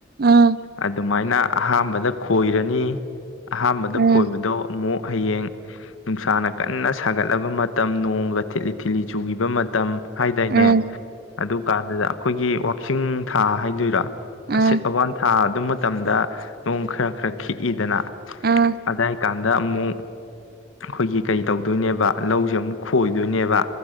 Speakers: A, on the right; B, on the left.
A: ꯑꯥ
B: ꯑꯗꯨꯃꯥꯏꯅ ꯑꯍꯥꯝꯕꯗ ꯈꯣꯏꯔꯅꯤ ꯑꯍꯥꯝꯕꯗ
A: ꯎꯝ
B: ꯈꯣꯏꯕꯗꯣ ꯑꯃꯨꯛ ꯍꯌꯦꯡ ꯅꯨꯡꯁꯥꯅ ꯀꯟꯅ ꯁꯥꯒꯠꯂꯕ ꯃꯇꯝ ꯅꯣꯡꯒ ꯊꯤꯠꯂꯤ ꯊꯤꯠꯂꯤ ꯆꯨꯒꯤꯕ ꯃꯠ ꯃꯇꯝ ꯍꯥꯏꯗꯥꯏꯅꯦ
A: ꯎꯝ ꯎꯝ
B: ꯑꯗꯨ ꯀꯥꯟꯗꯨꯗ ꯑꯩꯈꯣꯏꯒꯤ ꯋꯥꯛꯆꯤꯡ ꯊꯥ ꯍꯥꯏꯗꯣꯏꯔꯥ
A: ꯎꯝ
B: ꯑꯁꯤꯠ ꯑꯋꯥꯟ ꯊꯥ ꯑꯗꯨ ꯃꯇꯝꯗ ꯅꯣꯡ ꯈꯔ ꯈꯔ ꯈꯤꯛꯏꯗꯅ
A: ꯎꯝ ꯎꯝ ꯎꯝ
B: ꯑꯗꯥꯏ ꯀꯥꯟꯗ ꯑꯃꯨꯛ ꯑꯩꯈꯣꯏꯒꯤ ꯀꯩ ꯇꯧꯗꯣꯏꯅꯦꯕ ꯂꯧꯖꯦ ꯑꯃꯨꯛ ꯈꯣꯏꯗꯣꯏꯅꯦꯕ